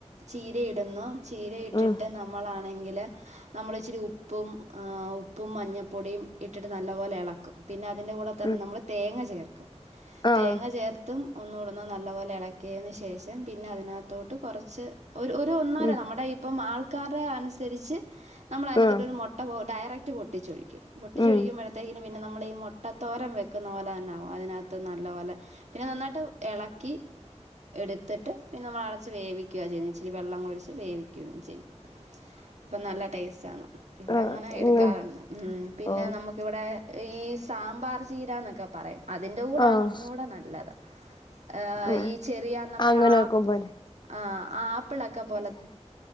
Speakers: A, on the right; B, on the left.
A: ചീരയിടുന്നു. ചീരയിട്ടിട്ട്
B: ഉം
A: ന നമ്മളാണെങ്കില് നമ്മള് ഇച്ചിരി ഉപ്പും ഉപ്പും മഞ്ഞ പൊടിയും ഇട്ടിട്ട് നല്ലപോലെ എളക്കും പിന്നെ അതിന്റെ കൂടെ തന്നെ
B: ഉം
A: നമ്മൾ തേങ്ങ ചേർക്കും
B: ആഹ്
A: തേങ്ങ ചേർ -- ത്തും ഒന്നുകൂടന്ന് നല്ലപോലെ ഇളക്കിയതിന് ശേഷം പിന്നെ അതിനകത്തോട്ട് കൊറച്ച് ഒരു ഒരു ഒന്നര
B: ഉം
A: നമ്മുടെ ഇപ്പം ആൾക്കാര അനുസരിച്ച് നമ്മള് അതിനത്തൊ
B: ആഹ്
A: ഒരു ട്ടാ ഡയറക്റ്റ് പൊട്ടിച്ചൊഴിക്കും പൊട്ടിച്ചൊഴിക്കുമ്പോഴത്തേക്ക്
B: ഉം
A: നും പിന്നെ നമ്മള് ഈ മുട്ടത്തോരം വെക്കുന്ന പോലെ തന്നെകും അതിനകത്ത് നല്ല പോലെ പിന്നെ നന്നായിട്ട് എളക്കി എടുത്തിട്ട് പിന്നെ നമ്മള് അടച്ച് വേവിക്കുകയാണ് ചെയ്യുന്നത് ഇച്ചിരി വെള്ളം ഒഴിച്ച് വേവിക്ക ചെയ്യന്നേ അപ്പം നല്ല ടേസ്റ്റ ആണ് ഇവിടെ
B: ആഹ്
A: അങ്ങനെ എടുക്കാറുണ്ട്
B: ഉം
A: ഉ പിന്നെ
B: ഓഹ്
A: നമുക്കിവിടെ ഈ സാമ്പാർ ചീര എന്നൊക്കെ പറയും. അതിന്റെ കൂടൊണ്
B: ആഹ്
A: ഒന്നുകൂടെ നല്ലത് ഏ
B: ഉം
A: ഈ ചെറിയ നമ്മുടെ
B: അങ്ങനെ
A: ആപ്പ
B: വെക്കുമ്പോലെ
A: ആഹ് ആ ആപ്പിളക്കാ പോലത്തെ